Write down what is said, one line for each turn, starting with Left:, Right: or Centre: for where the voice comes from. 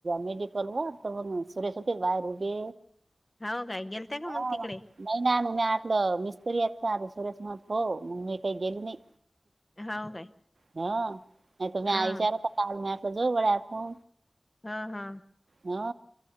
Right: मेडिकल वर तर मग सुरेश होते बाहेर ऊभे
Left: हो काय गेलत्या का
Right: हा
Left: मग तिकडे
Right: म नैना म्या म्हटलं मिस्त्री आहेत आ सुरेश मनत हो मग मी काही गेली नाही
Left: हो काय
Right: हो नाही तुम्ही
Left: अ
Right: आई विचाराता काल म कजो वड्या आपो
Left: हा हा
Right: हा